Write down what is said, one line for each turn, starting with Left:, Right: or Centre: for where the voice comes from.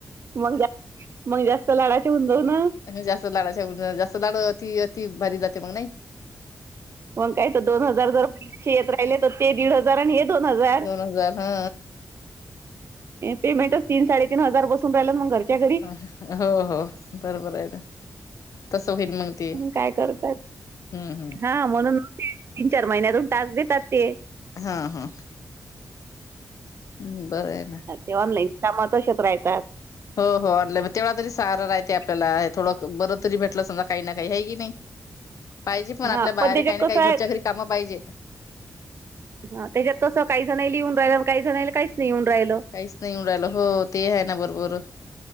Right: मग जास् मग जास्त लडाचे हु दव ना.
Left: जास्त लाडाच्या जास्त लाड अति भारी जाते मग नाही.
Right: मग काय तर दोन हजार जर बे येत राहिले तर ते दीड हजार आणि हे दोन हजार.
Left: दोन हजार हा.
Right: पेमेंटच तीन साडेतीीन हजार बून राहिलाल मग घरच्या घरी.
Left: हो हो बरोबर आहे ना. तसं होईल मग ते
Right: काय करतात
Left: हम्म हम्म
Right: हा म्हणून. तीन चार महिन्यातून टास देतात ते.
Left: हा हा. हम्म बरं आहे ना.
Right: ते ऑनलाईन कामात तशच राहतात.
Left: हो हो आणलं तेवा तरी सारा राहते आपल्याला थडं बरं तरी भेटलं समजा. काही ना काही हे की नाही पाहिजे पण आपल्या
Right: हा
Left: बाहेर
Right: त्याच्यात
Left: काही ना
Right: कसं
Left: काही घरच्या
Right: आहे
Left: घरी कामं पाहिजेत.
Right: हा त्याच्यात कसं काही जणला येऊन राहिलं काही जणला काहीच नाही येऊन राहिलं.
Left: काहीच नाही उडायला हो ते आहे ना बरोबर.